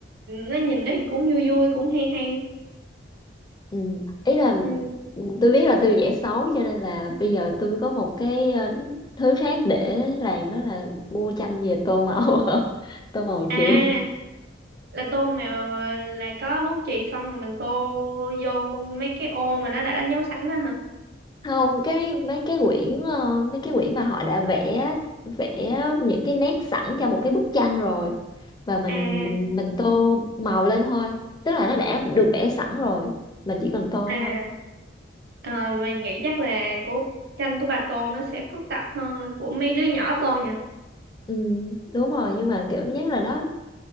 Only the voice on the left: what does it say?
ừ. ý là
ừ, tôi biết là tôi vẽ xấu cho nên là bây giờ tôi có một cái ờ, thứ khác để làm đó là mua tranh về tô màu <laughs> tô màu
chì
không cái mấy cái quyển ờ, mấy cái quyển mà họ đã vẽ vẽ những cái nét sẵn cho một cái bức tranh rồi và mình
mình mình tô màu lên thôi tức là nó đã được vẽ sẵn rồi mình chỉ cần tô
thôi
ừ, đúng rồi nhưng mà kiểu nhất là nó